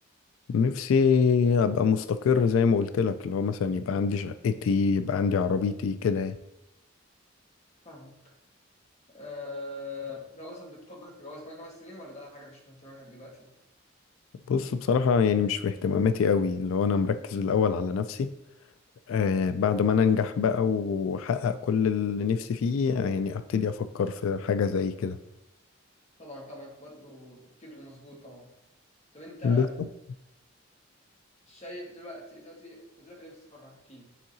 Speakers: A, on the left; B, on the left.
A: نفسي ابقى مستقر زي ما قلت لك اللي هو مثلا يبقى عندي شقتي يبقى عندي عربيتي كده يعني.
B: فاهمك آه لو مثلا بتفكر في جواز كمان خمس سنين ولا ده حاجة مش من اهتماماتك دلوقتي؟
A: بص بصراحة يعني مش في اهتماماتي قوي اللي هو انا مركز الاول على نفسي آه بعد ما انا انجح بقى واحقق كل اللي نفسي فيه يعني ابتدي افكر في حاجة زي كده
B: طبعا طبعا برضه تفكير مظبوط طبعا طب أنت
A: بالظبط
B: شايف دلوقتي أنت دلوقتي فاضلك قد إيه وتتخرج احكي لي